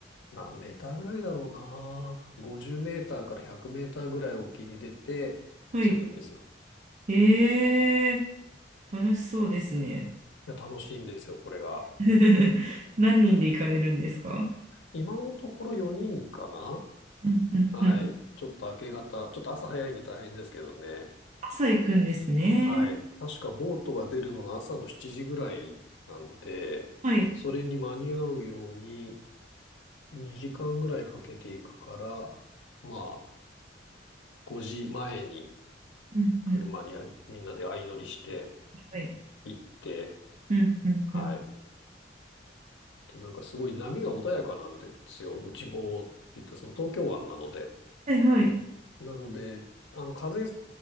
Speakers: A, on the left (about 80°); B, on the right (about 40°).
A: 何メーターぐらいだろうな。50メーターから100メーターぐらい沖に出て釣るんですよ。
B: はい。ええ楽しそうですね。
A: いや、楽しいんですよ、これが。
B: <laughs> 何人で行かれるんですか
A: 今のところ4人かな
B: うんうんうん。
A: はい。ちょっと明け方、ちょっと朝早いんで大変ですけどね。
B: 朝行くんですね。
A: はい。確かボートが出るのが朝の7時ぐらいなので、
B: はい。
A: それに間に合うように2時間ぐらいかけていくから、まあ、5時前に
B: うん、うん。
A: 車にあみんなで相乗りして
B: はい。
A: 行って、
B: うん、うん、
A: はい。
B: うん。
A: で、なんかすごい波が穏やかなんですよ。内房って言って、その東京湾なので。
B: はい、はい。
A: なので、あの、風